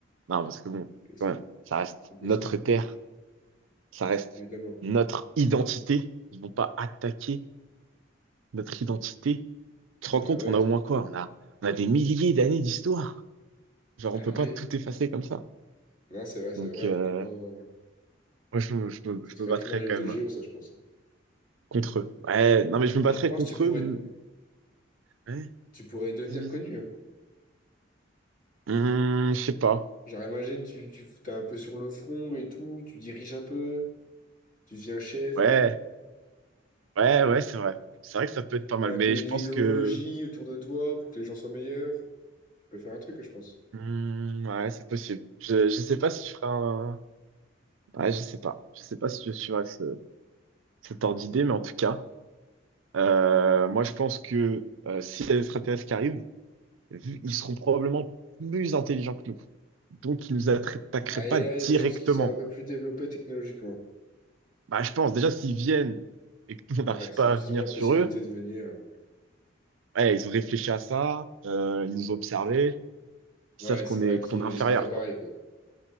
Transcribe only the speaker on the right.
Non, parce que bon,
quand même,
ça reste
notre
terre, ça reste
notre identité. Ils vont pas attaquer notre identité. Tu
te rends compte,
on
a au moins quoi?
On a, on a des milliers d'années d'histoire. Genre,
on peut
pas tout effacer comme ça.
Donc,
euh,
Moi, je, me- je, me,
je
me battrais
quand
même
contre eux. Ouais, non, mais je me
battrais
contre
eux. hum, Ouais,
vas-y, vas-y.
Hum, je sais pas.
Ouais,
ouais, ouais, c'est vrai. C'est vrai que ça peut être pas mal,
mais
je
pense que.
hum, ouais, c'est possible. Je, je sais pas si je ferai un. Ouais, je sais pas. Je sais pas si je suivrai ce, cet ordre d'idée, mais en tout cas, euh, moi, je pense que euh, s'il y a des extraterrestres qui arrivent, vu- ils seront probablement plus intelligents que nous. Donc, ils nous attaqueraient
pas directement.
Bah, je pense déjà s'ils viennent et que nous, on n'arrive
pas
à venir
sur eux,
ouais, ils ont réfléchi à ça, euh, ils nous ont observés,
ils savent qu'on
est
qu'on est inférieur
quoi.